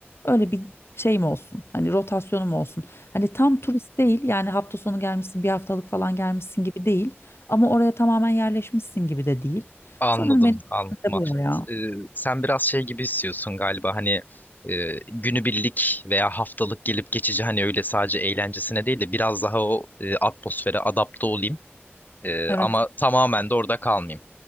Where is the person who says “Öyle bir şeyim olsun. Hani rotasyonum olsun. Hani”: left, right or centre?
Left